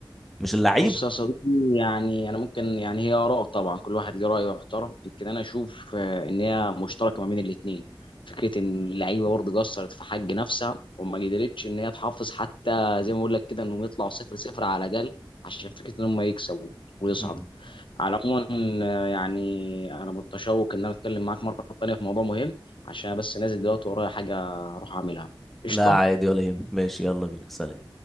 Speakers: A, in the centre; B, on the left (about 70°).
A: مش اللعيبة
B: بص يا صديقي يعني انا ممكن يعني هي اراء طبعا كل واحد ليه راي يحترم يمكن انا اشوف آه، ان هي مشتركه ما بين الاثنين فكره ان اللعيبه برضه قصرت في حق نفسها وما قدرتش ان هي تحافظ حتى زي ما اقول لك كده انهم يطلعوا صفر صفر على الاقل عشان فكره ان هم يكسبوا ويصعدوا
A: مم.
B: على العموم آه، يعني انا متشوق ان انا اتكلم معاك مره ثانيه في موضوع مهم عشان أنا بس نازل دلوقتي ورايا حاجه اروح اعملها قشطه
A: لا عادي ولا يهمك ماشي يلا بينا سلام